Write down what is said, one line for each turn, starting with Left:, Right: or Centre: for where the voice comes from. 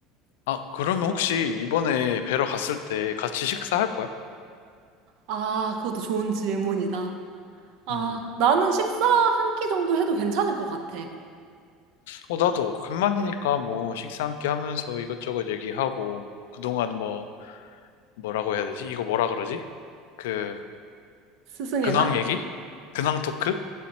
Left: 아, 그러면 혹시 이번에 뵈러 갔을 때 같이 식사할 거야?
Right: 아, 그것도 좋은 질문이다. 아,
Left: 음.
Right: 나는 식사 한 끼 정도 해도 괜찮을 것 같아.
Left: 어, 나도 간만이니까 뭐 식사 함께 하면서 이것저것 얘기하고 그동안 뭐 뭐라고 해야 되지? 이거 뭐라 그러지? 그
Right: 스승의
Left: 근황
Right: 날?
Left: 얘기? 근황 토크?